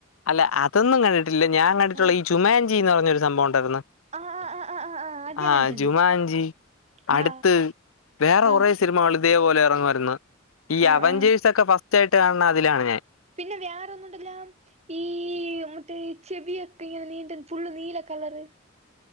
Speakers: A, on the left; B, on the right.
A: അല്ല അതൊന്നും കണ്ടിട്ടില്ല ഞാൻ കണ്ടിട്ടുള്ള
B: ആ
A: ഈ ചുമാൻചി എന്ന് പറഞ്ഞൊരു സംഭവം ഉണ്ടായിരുന്നു-
B: ആ ആ ആ ആ ആ ആ അത് ഞാൻ
A: ആഹ്
B: കണ്ടിട്ടുണ്ട്
A: ജുമാൻചി അടുത്ത്
B: ആ
A: വേറെ
B: ആ
A: കുറെ സിനിമ കള്- ഇതേപോലെ എറങ്ങുവാരുന്നു. ഈ
B: ആ
A: അവഞ്ചേഴ്സ്
B: ആ
A: ഒക്കെ ഫസ്റ്റ് ആയി ട്ട് കാണ് ണ അതിലാണ് ഞാൻ.
B: പിന്നെ വേറൊന്നുംണ്ടല്ലോ ഈ മുട്ട് ചെവിയൊക്കെ ഇങ്ങനെ നീണ്ട് ഫുള്ള് നീല കളറ്.